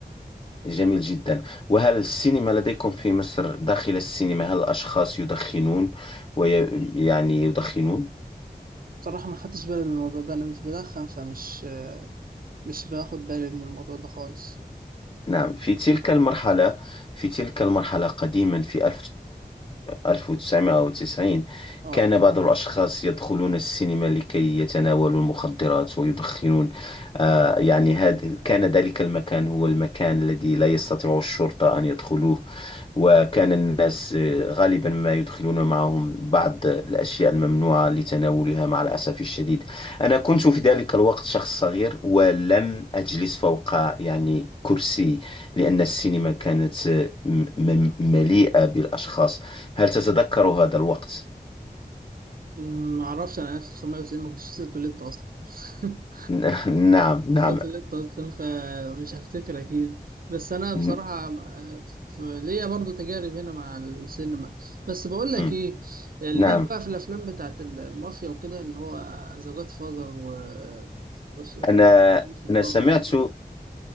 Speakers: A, on the left (about 30°); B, on the right (about 60°).
A: جميل جدا وهل السينما لديكم في مصر داخل السينما هل الأشخاص يدخنون ويعني يدخنون؟
B: بصراحة ما خدتش بالي من الموضوع ده أنا مش بدخن فمش مش باخد بالي من الموضوع ده خالص
A: نعم في تلك المرحلة في تلك المرحلة قديما في 1990
B: اه
A: كان بعض الأشخاص يدخلون السينما لكي يتناولوا المخدرات ويدخنون آه يعني هذا كان ذلك المكان هو المكان الذي لا يستطيع الشرطة أن يدخلوه وكان الناس آه، غالبا ما يدخلون معهم بعض الأشياء الممنوعة لتناولها مع الأسف الشديد أنا كنت في ذلك الوقت شخص صغير ولم أجلس فوق يعني كرسي لأن السينما كانت م- م- مليئة بالأشخاص هل تتذكر هذا الوقت؟
B: ما أعرفش أنا 1990 ما كنتش لسه اتولدت أصلا <laughs>
A: <laughs> نعم نعم
B: لسه اتولدت اصلا فمش هفتكر اكيد بس انا بصراحه
A: م-
B: ف- ليا برضو تجارب هنا مع السينما بس بقول لك
A: م-
B: ايه ليك
A: نعم
B: بقى في الافلام بتاعت المافيا وكده اللي هو ذا جاد فاذر و وس-
A: أنا
B: وسوبرانو
A: أنا سمعت
B: والكلام ده.